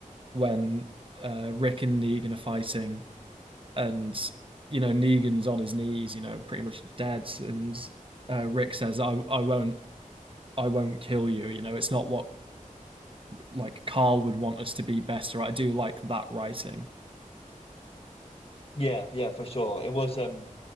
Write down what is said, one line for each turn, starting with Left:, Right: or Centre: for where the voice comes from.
Right: when uh Rick and Negan are fighting and you know Negan's on his knees, you know, pretty much dead, and uh Rick says, I I won't I won't kill you, you know, it's not what like Carl would want us to be better. at. I do like that writing.
Left: yeah, yeah, for sure. It was um,